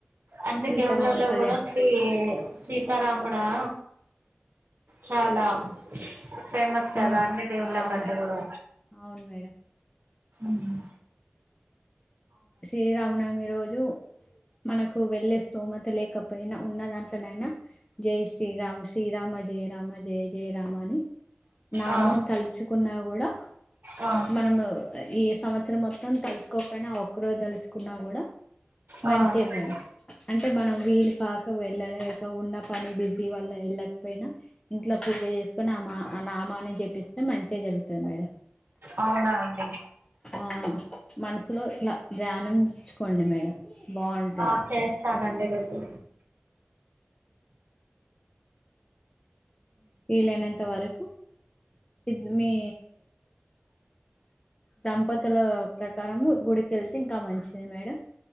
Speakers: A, on the right; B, on the left.
A: అంటే
B: సీతారాముల
A: దేవున్లల్లో
B: కళ్యాణ్
A: కూడా శ్రీ సీతారామన్ ఆ చాలా ఫేమస్ కదా
B: ఆ
A: అన్ని దేవుళ్ళకంటే
B: అవును
A: కూడా
B: అవును మేడం
A: మ్మ్
B: సీరామనవమి రోజు మనకు వెళ్ళే స్థోమత లేకపో పెయినా ఉన్న దాంట్లోనైనా జై శ్రీరామ్ శ్రీరామ జయ రామ జయ జయ రామ అని నామం
A: ఆ
B: తలుచుకున్నా కూడా
A: ఆ
B: మనము ఈ సంవత్సరం మొత్తం తలుసుకోకపోయినా, ఆ ఒక్కరోజ్ తలుసుకున్నా కూడ
A: ఆ
B: మంచే
A: ఆ
B: మేడం అంటే, మనం వీలు కాక వెళ్ళలేక ఉన్న పని బిజీ వాళ్ల వెళ్ళకపోయినా, ఇంట్లో పూజ చేసుకొని ఆ మా ఆ నామాన్ని జపిస్తే మంచే జరుగుతది మేడం.
A: అవునా అండి
B: ఆ మనసులో ఇలా ధ్యానంచిచుకోండి మేడం. బాగుంటది
A: ఆ చేస్తానండి రేపు.
B: వీలైనంత వరకు ఇద్ మీ, దంపతుల ప్రకారము గుడికెళ్తే ఇంకా మంచిది మేడం.